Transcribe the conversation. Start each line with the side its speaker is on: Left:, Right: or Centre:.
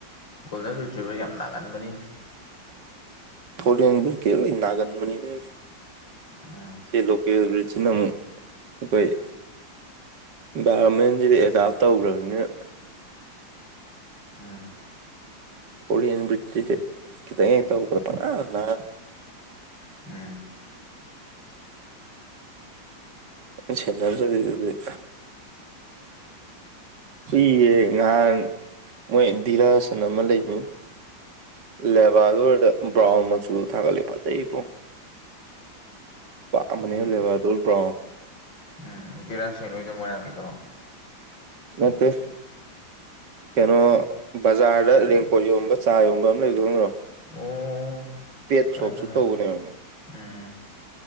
Left: ꯒꯣꯜꯗꯟ ꯔꯤꯇ꯭ꯕꯔ ꯌꯥꯝ ꯅꯥꯒꯟꯕꯅꯤꯅ
Right: ꯑ ꯊ ꯀꯦꯔꯣ ꯏ ꯅꯥꯒꯟ ꯃꯅꯤꯗꯦ
Left: ꯎꯝ
Right: ꯁꯤ ꯂꯁꯤꯅ ꯑꯩꯈꯣꯏ ꯏꯟꯚꯥꯏꯔꯣꯟꯃꯦꯟꯁꯤꯗꯤ ꯑꯦꯗꯥꯞ ꯇꯧꯈ꯭ꯔꯕꯅꯤꯅ
Left: ꯎꯝ
Right: ꯍꯣꯂꯤ ꯌꯦꯟꯕꯠꯖꯦ ꯀꯈꯤꯇ ꯇꯧꯕꯗ ꯄꯅꯥ ꯅ
Left: ꯎꯝ
Right: ꯆꯟꯅꯔ ꯆꯗꯦ ꯍꯨꯏꯌꯦ ꯉꯍꯥꯟ ꯃꯣꯏ ꯗꯤꯔꯥꯁ ꯅꯥ ꯑꯃ ꯂꯩꯕꯗꯣ ꯂꯦꯕꯥꯗꯣ ꯭ꯕꯔꯥꯎꯟ ꯃꯆꯨꯗ ꯊꯒꯠꯂꯦ ꯐꯜꯖꯩ ꯄꯣ ꯏ ꯃꯅꯦ
Left: ꯎꯝ
Right: ꯂꯕ ꯑꯗꯨꯣꯕ꯭ꯔꯣ
Left: ꯎꯝ ꯖꯤꯔꯥꯥꯁꯦꯟꯣꯏꯗꯣ ꯃꯣꯏꯔꯥꯡꯒꯤꯕ꯭ꯔꯣ
Right: ꯃꯦ ꯀꯩꯅꯣ ꯕꯖꯥꯔꯗ ꯔꯦꯡꯀꯣꯠ ꯌꯣꯟꯕ ꯆꯥ ꯌꯣꯟꯕ ꯑꯃ ꯂꯩꯕꯗꯣ ꯈꯪꯗꯔꯣ
Left: ꯑꯣ
Right: ꯄꯦꯠ
Left: ꯈꯪꯉꯦ
Right: ꯁꯣꯞꯁꯨ
Left: ꯈꯪꯉꯦ
Right: ꯇꯧꯕꯅꯦ ꯃꯥ
Left: ꯎꯝ